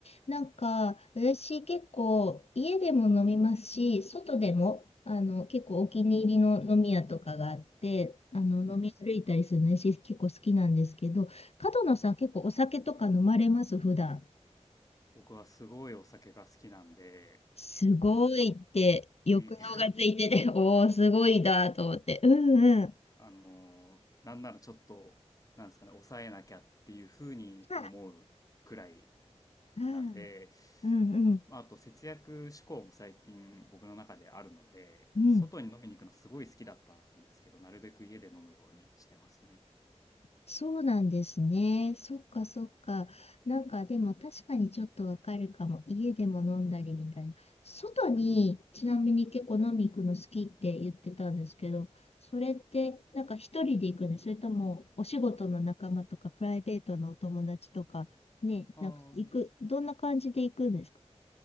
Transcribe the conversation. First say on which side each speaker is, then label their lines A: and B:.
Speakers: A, on the left (about 60°); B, on the left (about 30°).
A: なんか、私結構家でも飲みますし、外でも、あの、結構お気に入りの飲み屋とかがあって、あの、
B: うんうん
A: 飲み歩いたりするのね私結構好きなんですけど、角野さん結構お酒とか飲まれます、普段。
B: 僕はすごいお酒が好きなんで、
A: すごいって、
B: あの、い、
A: 抑揚がついてて、
B: <laughs>
A: <laughs> おー、すごいだと思って。うんうん。
B: あの、なんならちょっと、なんですかね、抑えなきゃっていうふうに思うくらい
A: あ、あ、
B: なんで、
A: うんうん。
B: まあ、あと節約志向も最近僕の中であるので、
A: うん。
B: 外に飲みに行くのすごい好きだったんですけど、なるべく家で飲むようにしてますね。
A: そうなんですね。そっかそっか。なんかでも確かにちょっとわかるかも。家でも飲んだりみたいな。外にちなみに結構飲み行くの好きって言ってたんですけど、それってなんか一人で行くね。それともお仕事の仲間とかプライベートのお友達とかね、
B: ああ、
A: なんか行く、どんな感じで行くんですか